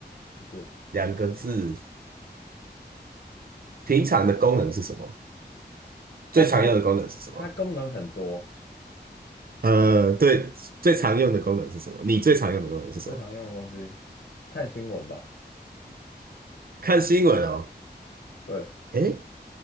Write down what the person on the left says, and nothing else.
不是，
它功它功能很多，
最常用的东西，看新闻吧。
对